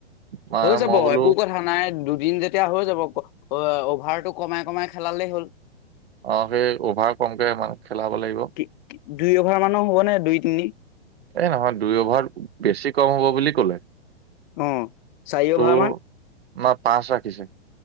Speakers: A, on the right; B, on the left.
A: মানে
B: হৈ যাব
A: মই বোলো
B: একো কথা নাই দু টীম যেতিয়া হৈ যাব। অ অভাৰটো কমাই কমাই খেলালেই হ'ল।
A: অ সেই অভাৰ কমকে মানে খেলাব লাগিব। এই
B: কি দুই অভাৰ মানৰ হ'ব নে দুই তিনি
A: নহয় দুই অভাৰ বেছি কম হব বুলি ক'লে।
B: অ চাই
A: তোৰ
B: অভাৰ মান?
A: না পাঁচ ৰাখিছে।